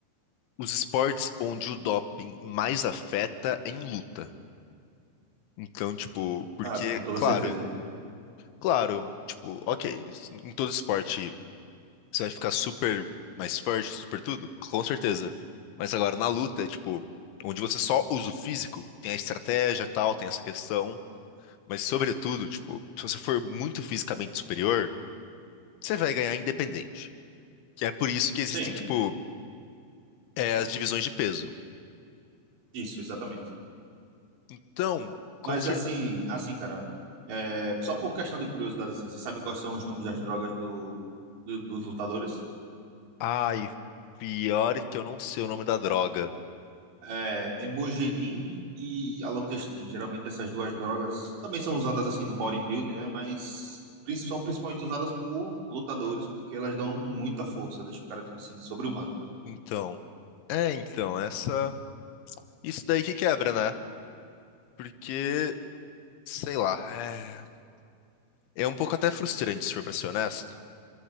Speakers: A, on the left (about 85°); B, on the right (about 75°).
A: os esportes onde o doping mais afeta é em luta. Então, tipo, porque,
B: Ah, com toda
A: claro,
B: certeza.
A: claro, tipo, ok, em todo esporte você vai ficar super mais forte, super tudo, com certeza. Mas agora na luta, é tipo, onde você só usa o físico, tem a estratégia e tal, tem essa questão, mas sobretudo, tipo, se você for muito fisicamente superior, você vai ganhar independente. Que é por isso que existem,
B: Sim,
A: tipo, é, as divisões de peso.
B: isso, exatamente.
A: Então, com
B: Mas
A: certeza.
B: assim, assim, cara, é, só por questão de curiosidade, assim, você sabe quais são os nomes das drogas do, do- dos lutadores?
A: Ai, pior que eu não sei o nome da droga.
B: É, Hemogenin e Alotestin. Geralmente essas duas drogas também são usadas assim no bodybuilding, né? Mas prin- são principalmente usadas por lutadores porque elas dão muita força, deixa o cara, tipo assim, sobre-humano.
A: Então. É, então, essa. Isso daí que quebra, né? Porque, sei lá, é, é um pouco até frustrante, se for pra ser honesto.